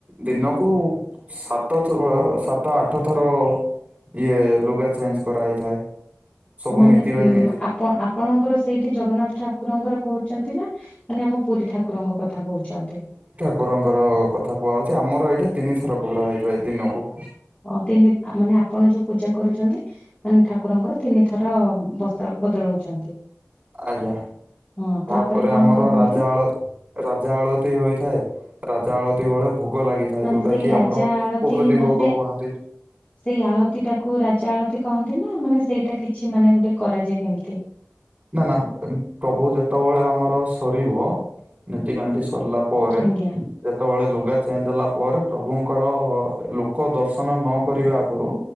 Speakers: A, on the right; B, on the left.
A: ଦିନକୁ ସାତଥ ସାତ ଆଠ ଥର ଇଏ ଲୁଗା ଚେଞ୍ଜ କରାହଇଥାଏ ସବୁ
B: ମାନେ
A: ନୀତି ବାହି
B: ଉ
A: ନୀତି
B: ଆପଣଙ୍କର ସେଇଠି ଜଗନ୍ନାଥ ଠାକୁରଙ୍କର କହୁଛନ୍ତି ନା ମାନେ ଆମ ପୁରୀ ଠାକୁର କୁକୁରଙ୍କ କଥା କହୁଛି।
A: କୁକୁରଙ୍କର କଥା କୁହାହାଉଉଛି ଆମର ଏଇଠି ତିନି ଥର କୁକୁା ହେଇଥିବା ଏଇ ଦିନକୁ।
B: ଅ ତିନି ମାନେ ଆପଣ ଯୋଉ ପୂଜା କରୁଛନ୍ତି। ମାନେ ଠାକୁରଙ୍କର ତିନିଥର ବସ୍ତ୍ରକୁ ବଦଳଉଛନ୍ତି।
A: ଆଜ୍ଞା
B: ହଁ
A: ତାପରେ
B: କଣ
A: ଆମର
B: କରନ୍ତି
A: ରାଜା ଆଳ। ରାଜା ଆଳତି ହୋଇଥାଏ ରାଜା ଆଳତିୀ ବେଳେ ଭ। ଭୋଗ ଲାଗିଥାଏ
B: ମାନେ
A: ଯୋଉଟା
B: ସେଇ
A: କି
B: ରାଜା
A: ଆମର
B: ଆଳତି
A: ପହଲି
B: ମାନେ
A: ଭୋଗ
B: ସେ
A: କୁହନ୍ତି।
B: ସେଇ ଆଳତି ଟାକୁ ରାଜା ଆଳତିୀ କହନ୍ତି ନା ମାନେ ସେଇଟା କିଛି ମାନେ ଗୋଟେ କରାଯାଏ କେମିତି।
A: ନା ନା ପ୍ରଭୁ ଯେତେବେଳେ ଆମର ସରିବ ନୀତି ଗାନ୍ଧି ସରିଲା। ପରେ।
B: ଆଜ୍ଞା
A: ଯେତେବେଳେ ଲୁଗା ଚେଞ୍ଜ ହେଲା ପରେ ପ୍ରଭୁଙ୍କର ଲୋକ ଦର୍ଶନ ନକ ଆଗରୁ।